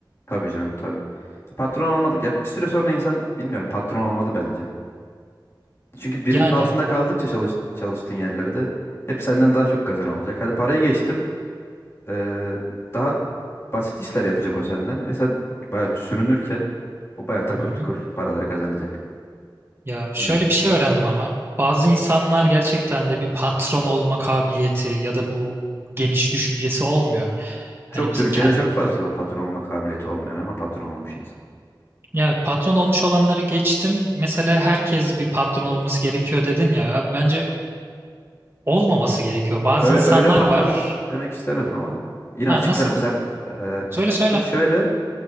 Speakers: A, on the left; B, on the right.
A: tabii canım tabii. Patron olmadık. Ya bir süre sonra insan bilmiyorum patron olmalı bence. Çünkü birinin
B: Yani
A: altında kaldıkça çalış, çalıştığın yerlerde hep senden daha çok kazan olacak. Hadi parayı geçtim. eee, daha basit işler yapacak o senden ve sen bayağı sürünürken o bayağı takır
B: hı hı.
A: tukur paraları kazanacak.
B: Ya şöyle
A: Bilmiyorum.
B: bir şey öğrendim ama bazı insanlar gerçekten de bir patron olma kabiliyeti ya da bu geniş düşüncesi olmuyor. Hani
A: Çok
B: mesela
A: Türkiye'de
B: kendim
A: çok fazla o patron olma kabiliyeti olmayan ama patron olmuş insan.
B: ya patron olmuş olanları geçtim. Mesela herkes bir patron olması gerekiyor dedin ya. Abi bence olmaması gerekiyor. Bazı
A: Ö-
B: insanlar
A: Öyle patron
B: var.
A: demek istemedim ama yine
B: Ha
A: açıklarım.
B: nasıl?
A: Sen e,
B: Söyle söyle.
A: şimdi şöyle